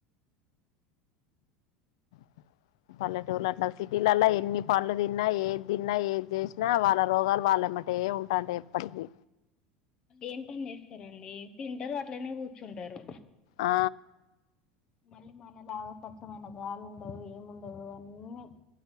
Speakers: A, on the left; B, on the left.
A: <inaudible> పల్లెటూర్ల అట్లా సిటీలలా ఎన్ని పండ్లు తిన్నా ఏ తిన్నా ఏది చేసినా వాళ్ళ రోగాలు వాళ్ళ వల్లేబతే ఏ ఉంటాంటయీ ఎప్పటికీ
B: ఏం పని చేస్తారండి తింటారు అట్లనే కూర్చుంటారు
A: ఆ
B: మళ్ళీ మనలాగా స్వచ్చ్చమైన గాలు ఉండవు ఏముండదు అన్నీ